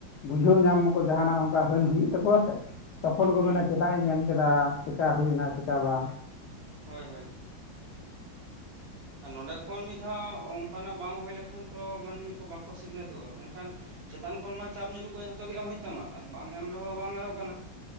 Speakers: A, on the left; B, on the right.
A: ᱵᱩᱡᱷᱟᱹᱣ ᱧᱟᱢ ᱢᱟ ᱠᱚ ᱡᱟᱦᱟᱱᱟᱜ ᱚᱱᱠᱟ ᱦᱟᱹᱱ ᱦᱩᱭᱩᱜ ᱛᱟᱠᱚᱣᱟ ᱥᱮ ᱛᱚᱠᱷᱚᱱ ᱠᱚ
B: ᱦᱩᱸ
A: ᱢᱮᱱᱟ ᱪᱮᱫᱟᱜ ᱤᱧ ᱮᱢ ᱠᱮᱫᱟ ᱪᱤᱠᱟ ᱦᱩᱭᱱᱟ ᱪᱤᱠᱟ ᱵᱟᱝ
B: ᱦᱳᱭ-ᱦᱳᱭ ᱟᱨ ᱱᱚᱰᱮ ᱠᱷᱚᱱ ᱢᱤᱫ ᱫᱷᱟᱣ ᱚᱱᱠᱟᱱᱟᱜ ᱵᱟᱝ ᱦᱩᱭ ᱞᱮᱠᱷᱟᱱ ᱛᱚ ᱢᱟᱹᱱᱢᱤ ᱠᱚ ᱵᱟᱠᱚ ᱥᱤᱠᱷᱱᱟᱹᱛᱚᱜᱼᱟ ᱢᱮᱱᱠᱷᱟᱱ ᱪᱮᱛᱟᱱ ᱠᱷᱚᱱ ᱢᱟ ᱪᱟᱯ ᱧᱩᱨᱩᱜ ᱠᱚᱜ ᱡᱷᱚᱛᱚ ᱜᱮ ᱮᱢ ᱦᱳᱭᱳᱜ ᱛᱟᱢᱟ ᱟᱨ ᱵᱟᱝ ᱮᱢ ᱨᱮᱦᱚᱸ ᱵᱟᱝ ᱜᱟᱱᱚᱜ ᱠᱟᱱᱟ᱾